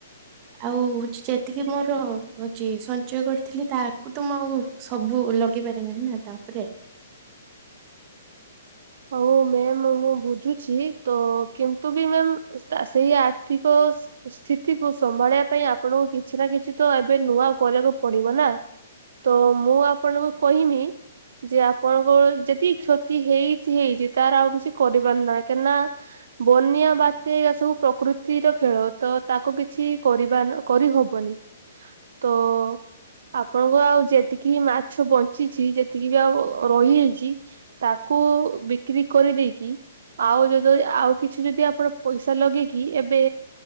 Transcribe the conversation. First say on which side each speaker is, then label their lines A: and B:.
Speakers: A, on the right; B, on the right.
A: ଆଉ ହଉଚି ଯେତିକି ମୋର ହୋଉଚି ସଞ୍ଚୟ କରିଥିଲି ତାକୁତ ମୁଁଆଉ ସବୁ ଲଗେଇ ପାରିବିନିନା ତାଉପରେ।
B: ହଉ ମ୍ୟାମ୍ ମୁଁ ବୁଝୁଛି ତ କିନ୍ତୁବି ମ୍ୟାମ୍ ସେଇ ଆର୍ଥିକ ସ୍ଥିତିକୁ ସ୍ଥିତିକୁ ସମ୍ଭାଳିବା ପାଇଁ ଆପଣଙ୍କୁ କିଛିନା କିଛିତ ଏବେ ନୂଆ କରିବାକୁ ପଡ଼ିବନା? ତମୁଁ ଆପଣଙ୍କୁ କହମି ଯେଆପଣଙ୍କ ଯେଦି କ୍ଷତି ହେଇ ତିହେଇଚି ତାର ଆଉ କିଛି କରିପାରି ନାଇଁ କାହିଁକି ନା ବନ୍ୟା ବାତ୍ୟା ସବୁ ପ୍ରକୃତିର ଖେଳ ତ ତାକୁ କିଛି କରିବାନ କରିହବନି ତ ଆପଣଙ୍କ ଆଉ ଯେତିକି ବି ମାଛ ବଞ୍ଚିଚି ଯେତିକି ବି ଆଉ ରହି ଯାଇଚି ତାକୁ ବିକ୍ରି କରି ଦେଇକି ଆଉ ଯଦି ଆଉ କିଛି ଯଦି ଆପଣ ପଇସା ଲଗେଇକି ଏବେ